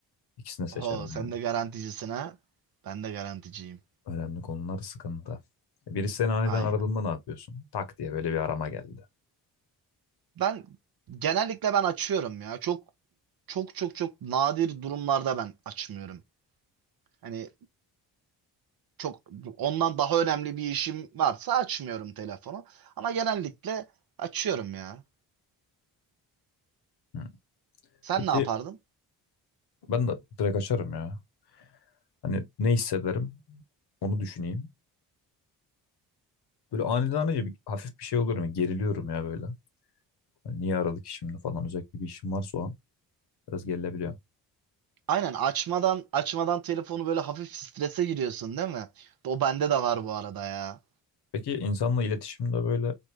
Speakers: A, on the left (about 55°); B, on the right (about 45°).
A: İkisini seçerim
B: Oho
A: yani.
B: sen de garanticisin ha. Ben de garanticiyim.
A: Önemli konular sıkıntı. Birisi seni aniden
B: Aynen.
A: aradığında ne yapıyorsun? Tak diye böyle bir arama geldi.
B: Ben genellikle ben açıyorum ya. Çok çok çok çok nadir durumlarda ben açmıyorum. Hani çok ondan daha önemli bir işim varsa açmıyorum telefonu. Ama genellikle açıyorum ya.
A: Hı.
B: Sen
A: Peki
B: ne yapardın?
A: ben de direkt açarım ya. Hani ne hissederim onu düşüneyim. Böyle aniden arayınca bir, hafif bir şey oluyorum. ya, Geriliyorum ya böyle. Hani niye aradık ki şimdi falan özellikle bir işim varsa o an biraz gerilebiliyor.
B: Aynen açmadan açmadan telefonu böyle hafif strese giriyorsun değil mi? O bende de var bu arada ya.
A: Peki insanla iletişimde böyle